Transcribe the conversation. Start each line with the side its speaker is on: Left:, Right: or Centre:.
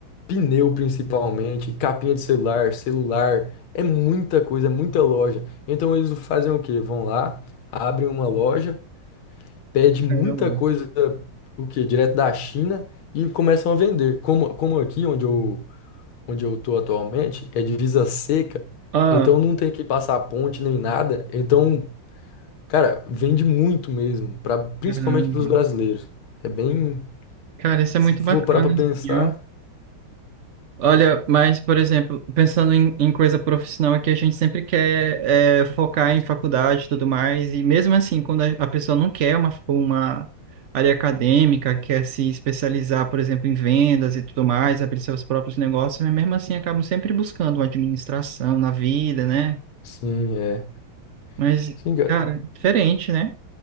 Left: pneu principalmente, capinha de celular, celular, é muita coisa, é muita loja. Então eles fazem o quê? Vão lá, abrem uma loja pede muita
Right: Caramba.
Left: coisa, o quê? Direto da China e começam a vender. Como, como aqui onde eu, onde eu tô atualmente, é divisa seca,
Right: Ah,
Left: então não tem que passar ponte nem nada. Então, cara, vende muito mesmo, pra, principalmente
Right: caramba.
Left: para os brasileiros. É bem,
Right: Cara, isso
Left: se
Right: é muito
Left: for
Right: bacana,
Left: parar pra pensar,
Right: assim, ó. Olha, mas, por exemplo, pensando em, em coisa profissional aqui, a gente sempre quer é, focar em faculdade e tudo mais, e mesmo assim, quando a, a pessoa não quer uma, uma área acadêmica, quer se especializar, por exemplo, em vendas e tudo mais, abrir seus próprios negócios, mas mesmo assim acabam sempre buscando uma administração na vida, né?
Left: sim, é.
Right: Mas,
Left: Sim, cara.
Right: cara, diferente, né?